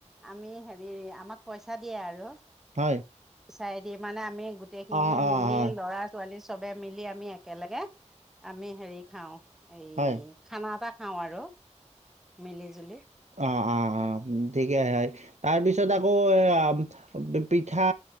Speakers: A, in the centre; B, on the right.
A: আমি হেৰি আমাক পইচা দিয়ে আৰু।
B: হয়
A: চাই দি মানে আমি গোটেই খিনি
B: অঁ অঁ
A: মিলি
B: হয়
A: ল'ৰা ছোৱালী চ চবে মিলি আমি একেলগে আমি হেৰি খাওঁ। এই
B: হয়
A: খানা এটা খাও আৰু মিলি জুলি
B: অ অ অ ঠিকে হয় তাৰপিছত আকৌ এ পিঠা